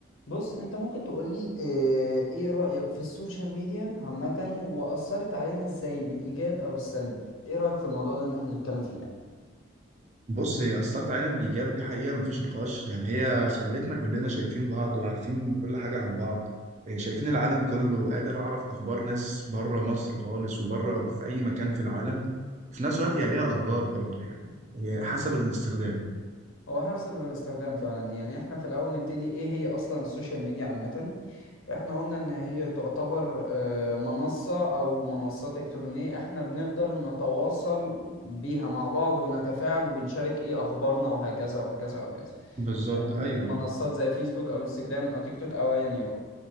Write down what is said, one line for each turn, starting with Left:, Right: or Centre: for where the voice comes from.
Left: بص انت ممكن تقولي اه، ايه رأيك في السوشيال ميديا عامة وأثرت علينا ازاي بالإيجاب او السلب ايه رأيك في الموضوع ده ان احنا نتكلم فيه
Right: بص هي أثرت علينا بالإيجاب دي حقيقة مفيش نقاش يعني هي خلتنا كلنا شايفين بعض وعارفين كل حاجة عن بعض إيه، شايفين العالم كله قادر أعرف أخبار ناس بره مصر خالص وبره في أي مكان في العالم وفي نفس الوقت هي ليها أضرار برضه يعني هي حسب الاستخدام
Left: هو حسب الاستخدام فعلا يعني احنا في الأول نبتدي ايه هي أصلا السوشيال ميديا عامة احنا قلنا ان هي تعتبر اه، منصة او منصات إلكترونية احنا بنقدر نتواصل بيها مع بعض ونتفاعل وبنشارك ايه أخبارنا وهكذا وهكذا وهكذا
Right: بالظبط
Left: يعني
Right: أيوه
Left: المنصات زي فيسبوك او انستجرام او تيك توك او ايا يكن